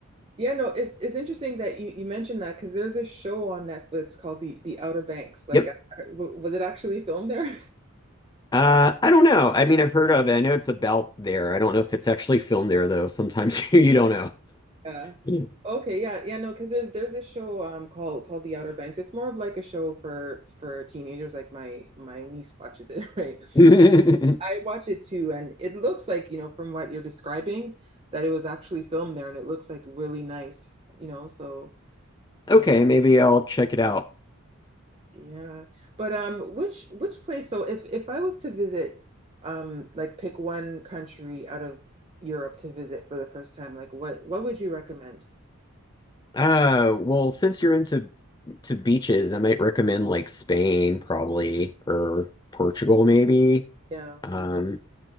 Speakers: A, on the right (about 25°); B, on the left (about 20°).
A: Yeah, no, it's it's interesting that you, you mentioned that because there's a show on Netflix called The The Outer Banks. Like,
B: Yep.
A: I- w- was it actually filmed there? <laughs>
B: Uh, I don't know. I mean, I've heard of it. I know it's about there. I don't know if it's actually filmed there, though. Sometimes <laughs> you don't
A: Yeah.
B: know.
A: Okay. Yeah. Yeah. No, because there's there's a show um called called The Outer Banks. It's more of like a show for for teenagers. Like my my niece watches it, <laughs> right?
B: <laughs>
A: I watch it too, and it looks like, you know, from what you're describing, that it was actually filmed there, and it looks like really nice, you know. So, uh,
B: Okay, maybe I'll check it out.
A: yeah. But um, which which place? So, if if I was to visit, um, like pick one country out of Europe to visit for the first time, like what what would you recommend?
B: Uh, well, since you're into to beaches, I might recommend like Spain, probably, or Portugal, maybe.
A: Yeah.
B: Um,